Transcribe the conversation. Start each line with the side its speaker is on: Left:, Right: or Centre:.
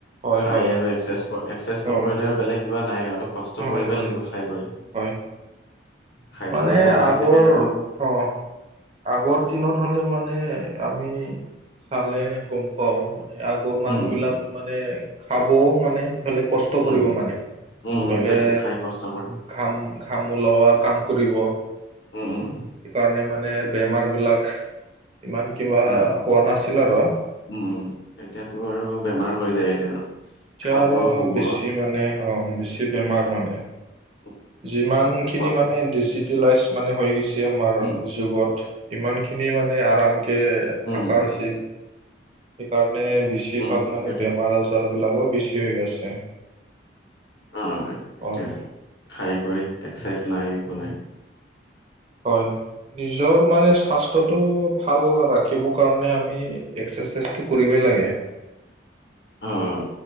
Right: হয়
Left: খাই
Right: হয়
Left: আৰু একচেছ ক, একচছ নকৰিলে
Right: অ
Left: আৰু বেলেগ কিবা নাই আৰু। কষ্ট
Right: হয়
Left: কৰিবই
Right: হয়
Left: লাগিব, খাই কৰি।
Right: হয়।
Left: খাই
Right: মানে
Left: কৰি বহি
Right: আগৰ
Left: থাকিলে আৰু
Right: অ, আগৰ
Left: উম,
Right: দিনত হ'লে মানে আমি চালে গম পাওঁ, মানে আগ আগৰ
Left: উম,
Right: মানুহবিলাক
Left: উম, উম,
Right: মানে খাবওঁ মানে, ইফালে কষ্ট
Left: উম,
Right: কৰিব
Left: উম,
Right: মানে।
Left: উম,
Right: ফালে
Left: সেইটোৱেতো খাই কষ্ট কৰে,
Right: ঘাম, ঘাম ওলোৱা কাম কৰিব।
Left: উম।
Right: সেইকাৰণে মানে বেমাৰবিলাক ইমান কিবা
Left: উম।
Right: হোৱা নাছিল আৰু।
Left: উম, এতিয়াটো আৰু বেমাৰ হৈ যায় এতিয়া আৰু।
Right: এতিয়া
Left: খাব,
Right: আৰু
Left: শুব
Right: বেছি মানে অ', বেছি বেমাৰ মানে।
Left: উম,
Right: যিমানখিনি
Left: কষ্ট
Right: মানে ডিজি ইউটিলাইজ মানে হৈ গৈছে আমাৰ
Left: উম,
Right: যুগত, ইমানখিনি মানে আৰামকে
Left: উম,
Right: থাকা হৈছে, সেইকাৰণে বেছিভাগ
Left: উম, এইটোৱেতো
Right: মানে বেমাৰ আজাৰ বিলাকক বেছি হৈ আছে।
Left: অ',
Right: হয়
Left: এইটোয়ে
Right: হয়
Left: খায় কৰি এক্সাৰচাইজ নাই, একো নাই।
Right: হয়। নিজৰ মানে স্বাস্থ্যটো ভাল ৰাখিব কাৰণে আমি এক্সেচাইজটো কৰিবই লাগে।
Left: অ',